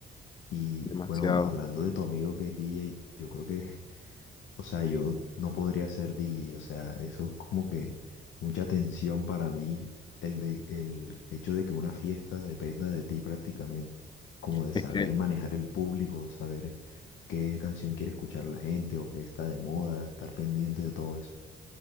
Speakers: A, on the left; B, on the left.
A: Y
B: Demasiado.
A: bueno, hablando de tu amigo que es DJ, yo creo que, <laughs> o sea, yo no podría ser DJ, o sea, eso es como que mucha tensión para mí, el de, el hecho de que una fiesta dependa de ti prácticamente, como de saber
B: Es que,
A: manejar el público, saber qué canción quiere escuchar la gente o qué está de moda, estar pendiente de todo eso.